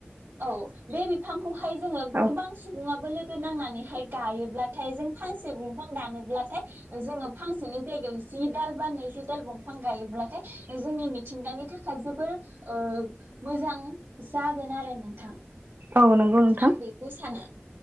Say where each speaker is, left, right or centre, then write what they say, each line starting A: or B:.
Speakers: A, on the right; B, on the right.
A: औ बे बिफां खौहाय जोङो
B: औ
A: गोबां सुबाबो लोग गो नांनानैहाय गायोब्लाथाय जों फांसे दंफां दानोब्लाथाय जोङो फांसेनि जायगायाव जि दाल बा नैजि दाल दंफां गायोब्लाथाय जोंनि मिथिंगानि थाख थाखाय जोबोर ओ मोजां जागोन आरो नोंथां।
B: औ नंगौ नोंथां
A: आं बेखौ सानो